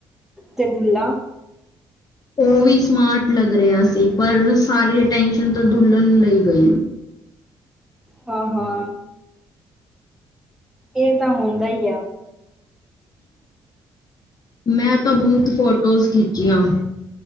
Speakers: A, in the centre; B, on the left.
A: ਤੇ ਦੁਲਾ?
B: ਓ ਵੀ ਸਮਾਰਟ ਲੱਗ ਰੇਆ ਸੀ। ਪਰ ਸਾਰੀ ਅਟੈਨਸ਼ਨ ਤਾਂ ਦੁਲਹਨ ਲੇ ਗਈ।
A: ਹਾ-ਹਾ। ਏਹ ਤਾਂ ਹੁੰਦਾ ਈ ਆ।
B: <inaudible> ਮੈਂ ਤਾਂ ਬੌਤ ਫੋਟੋਜ਼ ਖਿੱਚੀਆਂ।